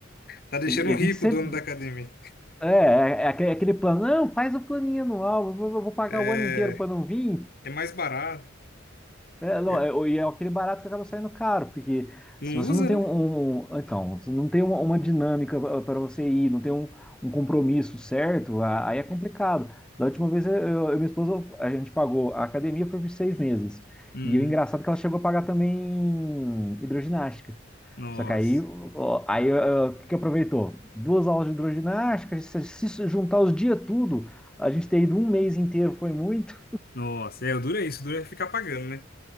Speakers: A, on the left; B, in the centre.
A: Tá deixando
B: E, e
A: um
B: a
A: rico
B: gente sempre...
A: o dono da academia.
B: É, é, é aque- aquele plano, não, faz o planinho anual, eu vou, eu vou pagar
A: É,
B: o ano inteiro para não vir.
A: é mais barato.
B: É, não,
A: É,
B: é, o- e é aquele barato que acaba saindo caro, porque
A: Não
B: se você
A: usa,
B: não tem
A: né?
B: um, um- um, então, se não tem uma, uma dinâmica para você ir, não tem um, um compromisso certo, a- aí é complicado. Da última vez eu, eu, eu e minha esposa, a gente pagou a academia por seis meses.
A: Uhum.
B: E o engraçado é que ela chegou a pagar também hidroginástica.
A: Nossa.
B: Só que aí, ó, aí ó, o que que aproveitou? Duas aulas de hidroginástica, se, se juntar os dias tudo, a gente ter ido um mês inteiro foi muito.
A: Nossa, é, o duro é isso, o duro é ficar pagando, né?